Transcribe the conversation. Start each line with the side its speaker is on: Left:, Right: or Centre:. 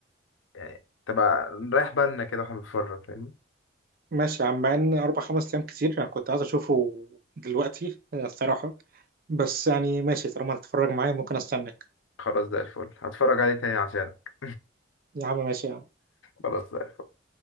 Left: يعني تبقى نريح بالنا كده واحنا بنتفرج فاهمني
Right: ماشي يا عم مع ان اربع خمس ايام كتير انا كنت عايز اشوفه دلوقتي آه، الصراحه بس يعني ماشي طالما هتتفرج معايا ممكن استناك
Left: خلاص ده الفل هتفرج عليه تاني عشانك
Right: يا عم ماشي يا عم
Left: خلاص ده الفل